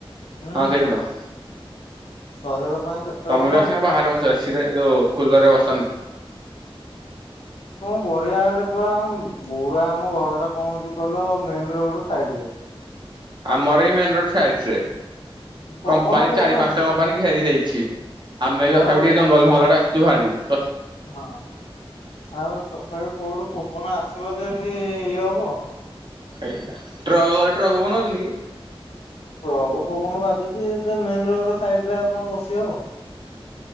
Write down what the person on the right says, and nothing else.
ହଁ ସେଇଟା ତ
ତମେ
ବି ଆସିନ ବାହାରେ ବସ ଏସିରେ ଯୋଉ କୁଲରେ ବସନି
ଆମରଏଇ ମେନରୋଡ ସାଇଡ ରେ
କମ୍ପାନୀ
ଚାରି
ପାଞ୍ଚଟା କମ୍ପାନୀ ଘେରି ଦେଇଛି ଆମେ ବି
ତଥାପି ଟିକେ
ଜଙ୍ଗଲ ମହଲ ଟା ଆସୁ । ଜୁହାରି ।
ଏଇଟା ଟ୍ରକ ଟ୍ରକ ବନତ ନ କି -